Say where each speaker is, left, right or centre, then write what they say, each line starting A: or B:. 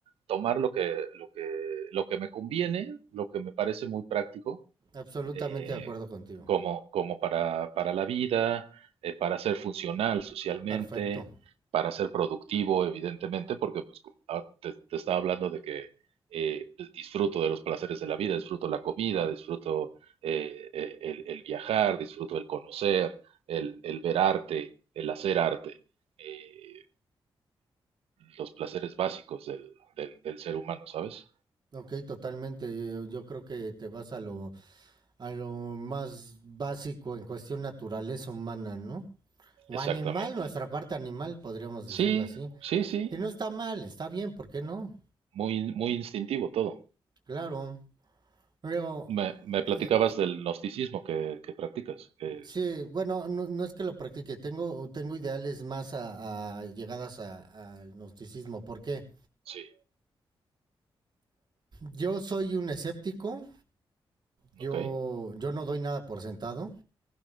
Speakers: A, on the right; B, on the right.
A: tomar lo que, lo que, lo que me conviene, lo que me parece muy práctico
B: Absolutamente
A: eh,
B: de acuerdo contigo.
A: como, como para, para la vida, eh, para ser funcional socialmente,
B: Perfecto.
A: para ser productivo, evidentemente, porque pues, co- ah, te, te estaba hablando de que eh, pues, disfruto de los placeres de la vida, disfruto la comida, disfruto eh, eh, el, el viajar, disfruto el conocer, el, el ver arte, el hacer arte, eh, los placeres básicos del, del, del ser humano, ¿sabes?
B: Ok, totalmente. Yo, yo creo que te vas a lo a lo más básico en cuestión naturaleza humana, ¿no? O
A: Exactamente.
B: animal, nuestra parte animal, podríamos
A: Sí,
B: decirlo así.
A: sí, sí,
B: Y no está mal, está bien, ¿por qué no?
A: muy, muy instintivo todo.
B: Claro. Pero,
A: Me, me platicabas
B: eh,
A: del gnosticismo que, que practicas. que-
B: sí, bueno, no, no es que lo practique, tengo, tengo ideales más a, a llegadas a- al gnosticismo. ¿Por qué?
A: sí,
B: Yo soy un escéptico, yo,
A: ok,
B: yo no doy nada por sentado.